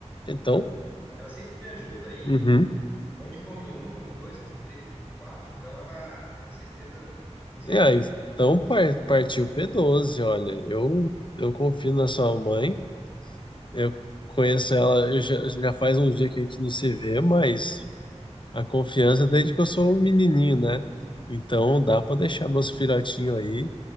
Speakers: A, on the left; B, on the left.
A: então.
B: ela, ela sempre me ajuda e
A: Uhum.
B: onde come um, come dois, come três, come quatro, então ela com certeza consegue
A: E aí?
B: ficar
A: Então par-
B: criando.
A: partiu P12, olha. Eu, eu confio na sua mãe. Eu conheço ela. Eu já, já faz um dia que a gente não se vê, mas a confiança desde que eu sou um menininho, né? Então dá pra deixar meus filhotinhos aí.